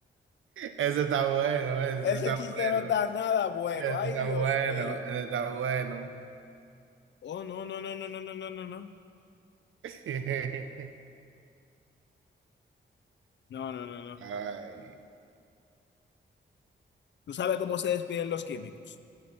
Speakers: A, on the right (about 90°); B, on the left (about 65°).
A: Ese está bueno, ese
B: Ese
A: está
B: chiste
A: bueno.
B: no está nada bueno.
A: Ese
B: Ay,
A: está
B: Dios
A: bueno,
B: mío.
A: ese está bueno.
B: Oh, no, no, no, no, no, no, no, no, no.
A: <laughs>
B: No, no, no, no.
A: Ay.
B: Tú sabes cómo se despiden los químicos.